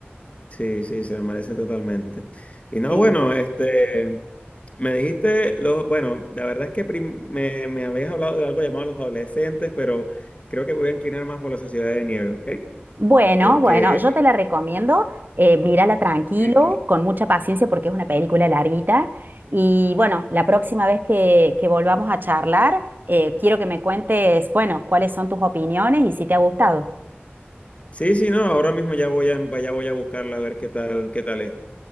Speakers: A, on the left; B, on the right.
A: Sí, sí, se me merece totalmente. Y no,
B: Bien.
A: bueno, este, me dijiste, lo, bueno, la verdad es que prim- me, me habías hablado de algo llamado los adolescentes, pero creo que voy a inclinar más por la sociedad de nieve, ¿ok?
B: Bueno,
A: Porque,
B: bueno, yo te la recomiendo, eh, mírala tranquilo,
A: eh,
B: con mucha paciencia porque es una película larguita. Y bueno, la próxima vez que, que volvamos a charlar, eh, quiero que me cuentes, bueno, cuáles son tus opiniones y si te ha gustado.
A: sí, sí, no, ahora mismo ya voy a, ya voy a buscarla a ver qué tal, qué tal es.